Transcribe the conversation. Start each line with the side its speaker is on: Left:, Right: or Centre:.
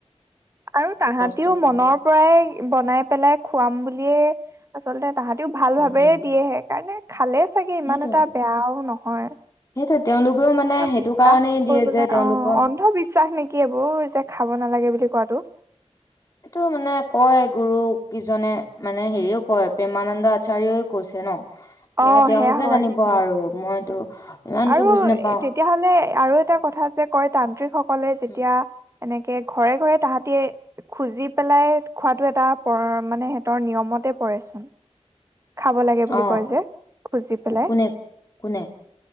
Right: আৰু তাহাঁতিও
Left: কষ্ট
Right: মনৰ
Left: পাব
Right: পৰাই বনাই পেলাই খুৱাম বুলিয়ে আচলতে তাহাঁতিও ভাল
Left: উম
Right: ভাবেই
Left: উম
Right: দিয়ে হে কাৰণে খালেচ চাগে
Left: সেইটোয়ে
Right: ইমান এটা বেয়াও নহয়
Left: সেইটোয়ে তেওঁলোকেও মানে সেইটো
Right: বিশ্বাস
Left: কাৰণেই দিয়ে
Right: কৰিবলৈ
Left: যে তেওঁলোকৰ
Right: অ অন্ধবিশ্বাস নেকি এইবোৰ যে খাব নালাগে বুলি কোৱাটো
Left: এইটো মানে কয় গুৰু কিজনে মানে হেৰিও কয় প্ৰেমানন্দ আচাৰ্যও কৈছে ন এতিয়া
Right: অ
Left: তেওঁলোকে
Right: সেয়া হয়
Left: জানিব
Right: কিন্তু।
Left: আৰু মইতো ইমানকে
Right: আৰু
Left: বুজি নাপাও
Right: তেতিয়াাহলে আৰু এটা কথা যে কয় তান্ত্ৰিক সকলে যেতিয়া
Left: উম,
Right: এনেকে তে ঘৰে ঘৰে তাহাঁতি খুজি পেলাই খোৱাটো এটা মানে সিহঁতৰ নিয়মতে পৰেচোন খাব লাগে বুলি
Left: অ
Right: কয় যে খুজি পেলাই
Left: কোনে কোনে